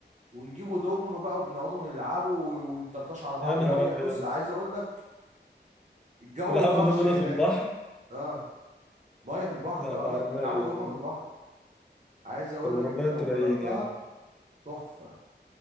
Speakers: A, on the right (about 40°); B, in the centre.
A: ونجيبوا دومينو بقى وبنقعدوا نلعبوا ونطرطش على بعض
B: يا نهار
A: مية
B: ابيض
A: بص عايز اقول لك الجو
B: تلعبوا
A: طرش
B: دومنا
A: هناك
B: في البحر؟
A: اه ميه في البحر
B: لا
A: اه
B: ده على
A: آه، بنلعبوا
B: الرايق
A: دومينو
B: والله
A: في البحر عايز اقول
B: طب وربنا
A: لك انت لو
B: انتوا
A: جربتها
B: رايقين يا عم
A: تحفه